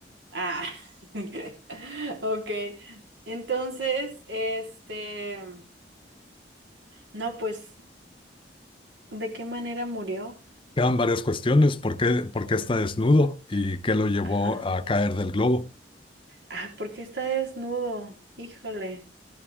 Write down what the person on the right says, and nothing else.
Ah, <laughs> ok. Entonces, este, no, pues, ¿de qué manera murió?
Ajá.
Ah, porque está desnudo? Híjole.